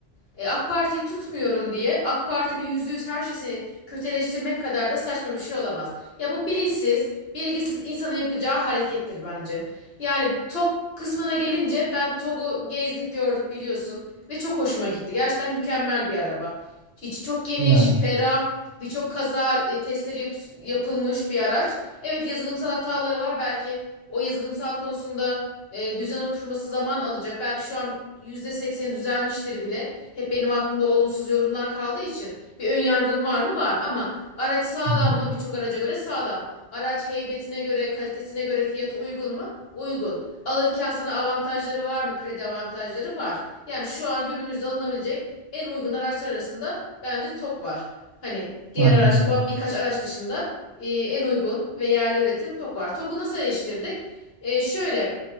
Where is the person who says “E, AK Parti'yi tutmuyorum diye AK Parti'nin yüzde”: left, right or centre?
Left